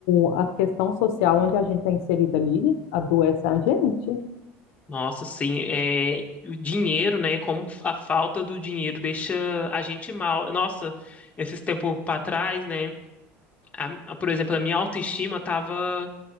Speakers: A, on the left; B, on the left.
A: o- a questão social onde a gente é inserida ali adoece a gente.
B: Nossa, sim, é, o dinheiro, né? Como a falta do dinheiro deixa a gente mal. Nossa, esses tempos para trás, né? a- a- por exemplo, a minha autoestima tava